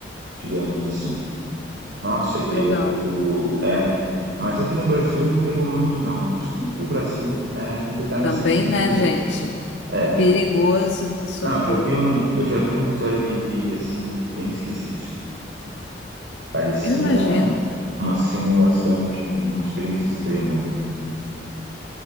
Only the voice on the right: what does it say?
digamos assim. Nossa, eu,
o é, mas aqui no Brasil não pegou muito não. Justamente porque o Brasil é complicado
nessa questão de
segurança.
É,
não, eu já vi um, eu já vi uns Airbnb assim bem esquisito. Parecia
uma simulação de uma experiência extrema, né?